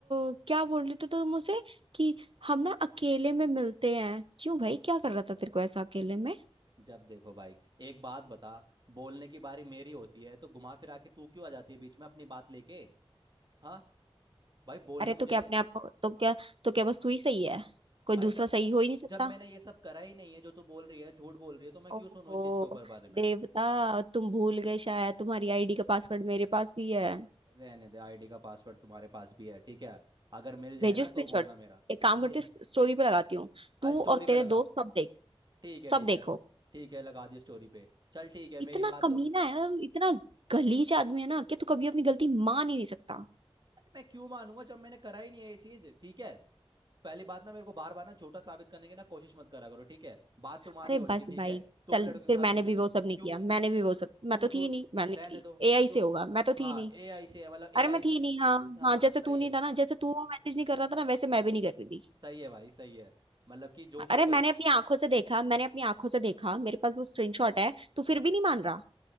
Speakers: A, on the right; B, on the right.
A: अ, क्या बोल रहे थे तो मुझसे कि हम ना अकेले में मिलते हैं क्यों भाई क्या कर रहा था तेरे को ऐसा अकेले में
B: जब देखो भाई एक बात बता बोलने की बारी मेरी होती है तो घुमा फिरा के तू क्यों आ जाती है बीच में अपनी बात लेके हाँ भाई बोलने
A: अरे
B: मुझे
A: तो क्या
B: दे
A: अपने आप को तो क्या तो क्या बस तू ही सही है कोई
B: भाई
A: दूसरा
B: जब
A: सही हो ही नहीं सकता
B: जब मैंने ये सब करा ही नहीं है जो तू बोल रही है झूठ बोल रही है तो मैं क्यों
A: ओहो
B: सुनूं इस चीज के ऊपर बारे में
A: देवता तुम भूल गए शायद तुम्हारी आईडी का पासवर्ड मेरे पास भी है
B: रहने दे आईडी का पासवर्ड तुम्हारे पास भी है ठीक है अगर मिल जाए
A: भेजो
B: ना
A: स्क्रीनशॉट
B: तो बोलना मेरा
A: एक काम
B: बे
A: करती हूँ स्टोरी पे लगाती हूँ
B: हाँ
A: तू
B: स्टोरी
A: और
B: पे
A: तेरे
B: लगा
A: दोस्त सब देख
B: ठीक है
A: सब
B: ठीक
A: देखो
B: है ठीक है लगा दिया स्टोरी पे चल ठीक है
A: इतना
B: मेरी बात
A: कमीना
B: तो
A: है ना इतना गलीज आदमी है ना कि तू कभी अपनी गलती मान ही नहीं सकता
B: अरे मैं क्यों मानूंगा जब मैंने करा ही नहीं है ये चीज ठीक है पहली बात ना मेरे को बार बार ना झूठा साबित करने की ना कोशिश मत करा करो ठीक है बात तुम्हारी
A: अरे
B: हो रही
A: बस
B: थी ठीक
A: भाई
B: है तुम
A: चल
B: लड़कों के
A: फिर
B: साथ
A: मैंने
B: घूम
A: भी
B: रही
A: वो
B: थी
A: सब नहीं
B: क्यों
A: किया मैंने भी
B: क्यों
A: वो सब मैं
B: क्यों
A: तो
B: झूठ
A: थी ही नहीं मैंने
B: रहने
A: की
B: दो
A: एआई से
B: तुम
A: होगा मैं तो थी
B: हाँ
A: ही नहीं
B: ए आई से है मतलब ए
A: अरे
B: आई
A: मैं
B: इतना
A: थी ही नहीं हाँ
B: हाँ
A: हाँ जैसे
B: सही
A: तू नहीं
B: है
A: था ना जैसे तू वो मैसेज नहीं कर रहा था ना वैसे मैं भी नहीं कर रही थी
B: सही है भाई सही है मतलब कि जो फोटोज
A: अरे मैंने अपनी आंखों से देखा मैंने अपनी आंखों से देखा मेरे पास वो स्क्रीनशॉट है तू फिर भी नहीं मान रहा